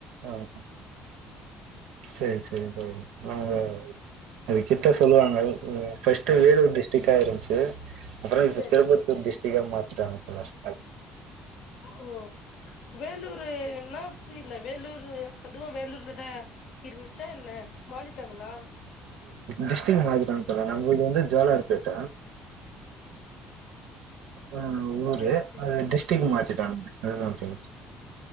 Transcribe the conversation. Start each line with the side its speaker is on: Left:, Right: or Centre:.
Right: ஆஹ் சரி சரி தோழர் அவங்க அது கிட்ட சொல்லுவாங்கள் ம் ஃபஸ்ட்
Left: ம்
Right: வேலூர் டிஸ்டிக் ஆ இருந்திச்சு எது அப்புறம் இது
Left: சேரி
Right: திருப்பத்தூர் டிஸ் பேரு மாத்திட்டாங்க தோழர்
Left: ஓ வேலூரு என்ன புரியல வேலூர் அதுவும் வேலூர்லதான் இருந்துச்சா இல்ல மாதிட்டாங்களா
Right: டிஸ்டிக் மாத்திட்டாங்க தோழர் நம்ம இது வந்து ஜோலார்பேட்ட அ ஊரு
Left: சேரி சேரி
Right: அது டிஸ்டிக் மாதி டாங் அதுதான் தோழர்